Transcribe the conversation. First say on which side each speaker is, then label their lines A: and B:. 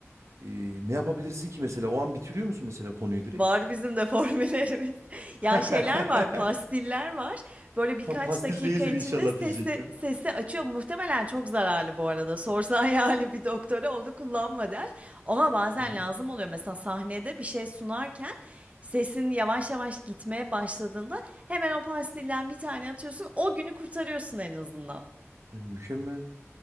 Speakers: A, on the right; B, on the right.
A: e, ne yapabilirsin ki mesela? O an bitiriyor musun mesela konuyu direkt?
B: Var bizim de formüllerimiz. <laughs>
A: <laughs>
B: Ya şeyler var, pastiller var. Böyle birkaç
A: Tam pastil
B: dakika
A: değildir
B: içinde
A: inşallah
B: sesi
A: diyecektim.
B: sesi açıyor. Muhtemelen çok zararlı bu arada. Sorsan <laughs> yani bir doktora onu kullanma der. Ama bazen
A: Hı hı.
B: lazım oluyor. Mesela sahnede bir şey sunarken sesin yavaş yavaş gitmeye başladığında hemen o pastilden bir tane atıyorsun. O günü kurtarıyorsun en azından.
A: E, mükemmel.